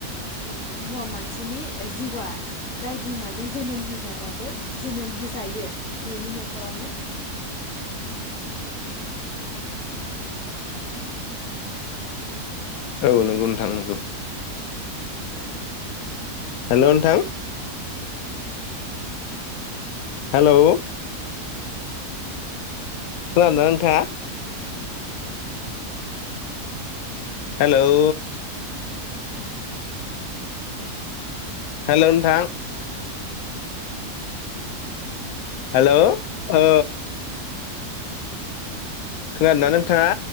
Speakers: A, on the left; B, on the left.
A: हम हौवा मानसिनि जिउआ जाय बिमाजों जोनोम होजाबाबो जोनोम होजायो बेनि न'खरावनो
B: औ नोंगौ नोंथां नोंगौ। हेलौ नोंथां? हेलौ खोनादोंना नोंथाङा? हेलौ हेलौ नोंथां हेलौ औ खोनादोंना नोंथाङा?